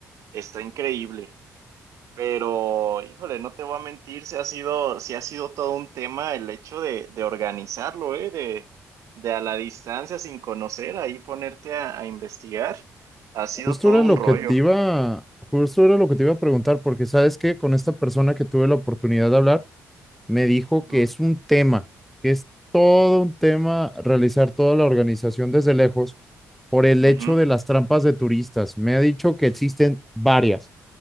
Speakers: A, on the right; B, in the centre.
A: está increíble. Pero, híjole, no te voy a mentir, se ha sido, sí ha sido todo un tema el hecho de, de organizarlo, ¿eh? De, de a la distancia, sin conocer, ahí ponerte a, a investigar, ha sido
B: Justo
A: todo
B: era
A: un
B: lo
A: rollo.
B: que te iba, justo era lo que te iba a preguntar, porque sabes que con esta persona que tuve la oportunidad de hablar, me dijo
A: Ujú,
B: que es un tema, que es todo un tema realizar toda la organización desde lejos por el
A: ujú,
B: hecho de las trampas de turistas. Me ha dicho que existen varias,